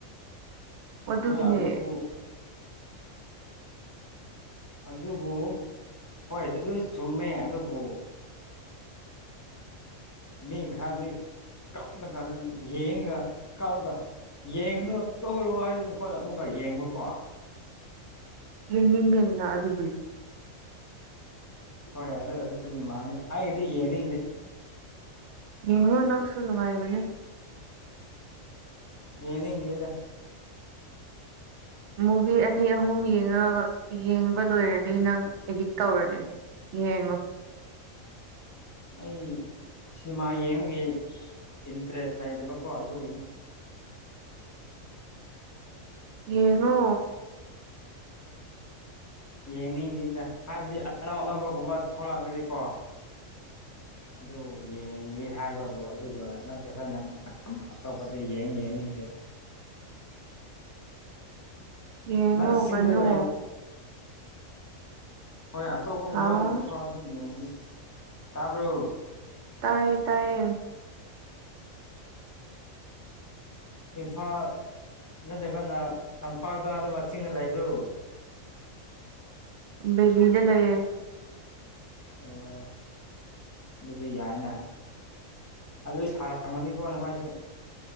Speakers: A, on the right; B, on the left.
A: ꯑꯗꯨꯒꯤꯅꯦ
B: ꯍꯣꯏ ꯑꯗꯨꯗꯕꯨ ꯑꯗꯨꯕꯨ ꯍꯣꯏ ꯑꯗꯨ ꯆꯨꯝꯃꯦ ꯑꯗꯨꯕꯨ ꯃꯤ ꯈꯔꯗꯤ ꯀꯥꯎ ꯀꯒ ꯌꯦꯌꯦ ꯀꯥꯎꯒ ꯌꯦꯡꯨꯅꯨ ꯇꯧꯔꯣ ꯍꯥꯏꯔ ꯃꯈꯣꯏꯅ ꯑꯃꯨꯛꯀ ꯌꯦꯡꯕꯨꯀꯣ
A: ꯌꯦꯒꯅ ꯑꯗꯨ
B: ꯍꯣꯏ ꯑꯗꯨ ꯑꯗꯨꯒꯤ ꯃꯥꯅꯤ ꯑꯩꯒꯤꯗꯤ ꯌꯦꯡꯅꯤꯗꯤ
A: ꯌꯦꯉ ꯅꯪꯁꯨꯨꯅꯚꯥꯏꯕꯅꯦ
B: ꯌꯦꯅꯤꯡꯗꯦꯗ
A: ꯃꯨꯚꯤ ꯑꯅꯤ ꯑꯍꯨꯝ ꯌꯦꯡꯉꯒ ꯌꯦꯡꯕ ꯂꯣꯏꯔꯦ ꯗꯩ ꯅꯪ ꯑꯦꯗꯤꯛ ꯇꯧꯔꯅꯤ ꯌꯦꯡꯉꯣ
B: ꯑꯩ ꯁꯤꯅꯤꯃꯥ ꯌꯦꯡꯕꯒꯤ ꯏꯟꯇꯔꯦꯁ ꯂꯩꯗꯕꯀꯣ ꯑꯗꯨꯒꯤꯅꯤ
A: ꯌꯦꯡꯉꯣ
B: ꯌꯦꯡꯅꯤꯡꯗꯦꯗ ꯍꯥꯏꯕꯗꯤ ꯑꯅꯧ ꯑꯅꯧꯕꯒꯨꯝꯕ ꯊꯣꯛꯂꯛꯑꯗꯤꯀꯣ ꯑꯗꯨ ꯌꯦꯡꯒꯦ ꯍꯥꯏꯕꯕꯨ ꯑꯗꯨꯒ ꯅꯠꯇ꯭ꯔꯒꯅ ꯑꯇꯣꯞꯄꯗ ꯌꯦꯡ ꯌꯦꯡꯅꯤꯡꯗꯦ
A: <unintelligible> ꯌꯦꯡꯉꯣ
B: ꯅꯪ ꯆꯤꯡꯗ
A: ꯀꯩꯅꯣ
B: ꯂꯩ ꯍꯣꯏ ꯑꯇꯣꯞꯄꯒꯨꯝꯕ
A: ꯍꯥꯎ
B: ꯊꯣꯛꯣꯔꯛꯑꯗꯤ ꯌꯦꯡꯒ ꯇꯥꯕ꯭ꯔꯣ
A: ꯇꯥꯏꯌꯦ ꯇꯥꯏꯌꯦ
B: ꯏꯝꯐꯥꯜ ꯅꯠꯇ꯭ꯔꯒꯅ ꯇꯝꯄꯥꯛꯇ ꯑꯗꯨꯒ ꯆꯤꯡꯅ ꯂꯩꯕ꯭ꯔꯨ
A: ꯕꯒꯗ ꯂꯩꯌꯦ
B: ꯑꯣ ꯑꯗꯨꯗꯤ ꯌꯥꯏꯅꯦ ꯑꯗꯨꯗ ꯁꯔꯃꯅꯤ ꯀꯣꯟꯅꯈꯥꯏꯁꯨ